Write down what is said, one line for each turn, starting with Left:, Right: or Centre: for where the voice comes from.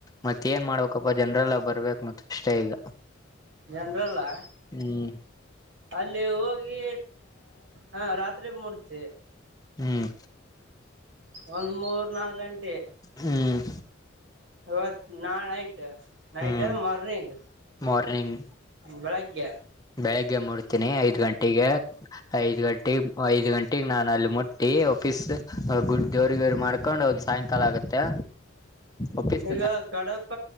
Left: ಮತ್ತ ಏನ್ ಮಾಡ ಅಾಪ್ಪ ಜನರೆಲ್ಲ ಬರ್ಬೇಕಕ್ ಮತ್ತ ಅಷ್ಟೇ ಈಗ
Right: ಜನರಲ್ಲ?
Left: ಹ್ಮ್
Right: ಅಲ್ಲಿ ಹೋಗಿ ಹ ರಾತ್ರಿ ಮೂಡ್ತಿ
Left: ಹ್ಮ್
Right: ಒಂದ್ ಮೂರ್ ನಾಲ್ ಗಂಟೆ
Left: ಹ್ಮ್
Right: ಇವತ್ ನಾ ನೈಟ್ ನೈಟ್
Left: ಹ್ಮ್
Right: ಮಾರ್ನಿಂಗ್
Left: ಮಾರ್ನಿಂಗ್
Right: ಹ್ಮ ಬೆಳಗ್ಗೆ
Left: ಬೆಳಿಗ್ಗೆ ಮೂಡ್ತೀನಿ ಐದ್ ಗಂಟೆಗೆ ಐದ್ ಗಂಟೆಗೆ ಐದ್ ಗಂಟೆಗೆ ನಾನು ಅಲ್ಲಿ ಮುಟ್ಟಿ ಆಫೀಸ್ ಗುಡ್ ಜೋರಿ ಗೋರಿ ಮಾಡ್ಕೊಂಡ್ ಹೋಗ್ ಸಾಯಂಕಾಲ ಆಗುತ್ತೆ ಒಫೀಸ್
Right: ಈಗ ಕಡಪ